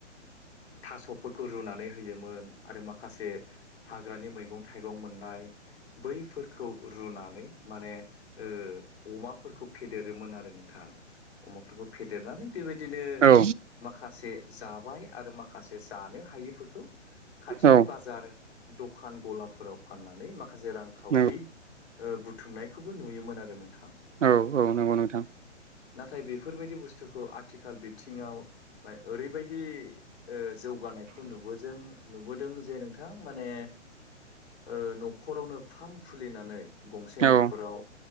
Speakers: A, on the left; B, on the right.
A: थास'फोरखौ रुनानै होयोमोन आरो माखासे हाग्रानि मैगं थाइगं मोननाय बैफोरखौ रुनानै माने ओ अमाफोरखौ फेदेरोमोन आरो नोंथाङा अमाफोरखौ फेदेरनानै बेबायदिनो
B: औ
A: माखासे जाबाय आरो माखासे जानो हायिफोरखौ खाथिनि
B: औ
A: बाजार दखान गलाफोराव फाननानै माखासे रांखावरि
B: नंगौ
A: ओ बुथुमनायखौबो नुयोमोन आरो नोंथां
B: औ औ नंगौ नोंथां
A: नाथाय नाथाय बेफोरबायदि बुस्थुखौ आथिखाल बिथिङाव ओरैबायदि ओ जौगानायखौ नुबोजों नुबोदों जे नोंथां माने ओ न'खरावनो फार्म खुलिनानै गंसे
B: औ
A: न'खराव